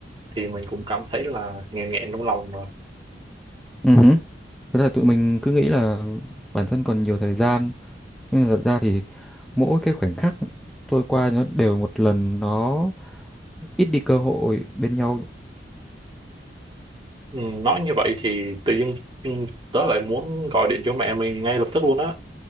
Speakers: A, on the right; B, in the centre.
A: thì mình cũng cảm thấy là nghẹn nghẹn trong lòng rồi
B: ừ hứ. thế là tụi mình cứ nghĩ là bản thân còn nhiều thời gian nhưng mà thật ra thì mỗi cái khoảnh khắc trôi qua nó đều một lần nó ít đi cơ hội bên nhau
A: ừ, nói như vậy thì tự dưng ừ, tớ lại muốn gọi điện cho mẹ mình ngay lập tức luôn á